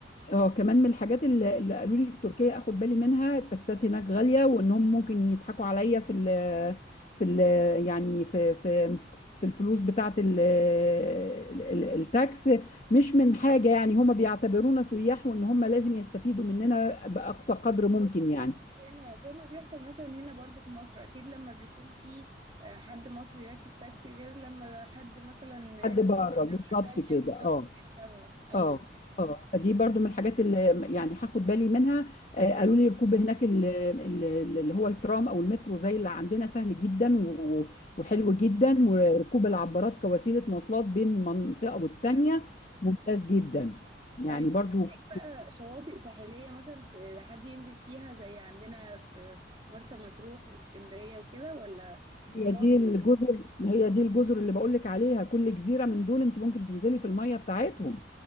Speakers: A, on the left; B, on the right.
A: اه كمان من الحاجات اللي اللي قالوا لي في تركيا اخد بالي منها التاكسات هناك غاليه وانهم ممكن يضحكوا عليا في ال في ال يعني في في في الفلوس بتاعه ال- ال- ال- التاكس مش من حاجه يعني هم بيعتبرونا سياح وان هم لازم يستفيدوا مننا باقصى قدر ممكن يعني
B: بيحصل هنا زي ما بيحصل مثلا هنا برضو في مصر اكيد لما بيكون في آه، حد مصري راكب تاكسي غير لما حد مثلا آه،
A: حد بره
B: من
A: بالظبط
B: دولة تانية
A: كده
B: بالظبط
A: اه
B: بيركبها ايوه
A: اه اه فدي برضو من الحاجات اللي يعني هاخد بالي منها آه، قالوا لي ركوب هناك ال- ال- اللي هو الترام او المترو زي اللي عندنا سهل جدا و- وحلو جدا وركوب العبارات كوسيله مواصلات بين منطقه والتانيه
B: ايوه
A: ممتاز جدا يعني
B: طيب في
A: برضو
B: هناك
A: في-
B: بقى شواطئ ساحلية مثلا ت- حد ينزل فيها زي عندنا في مرسى مطروح واسكندرية وكده ولا
A: هي
B: الشواطئ
A: دي الجزر هي دي الجزر اللي بقول لك عليها كل جزيره من دول انت ممكن تنزلي في الميه بتاعتهم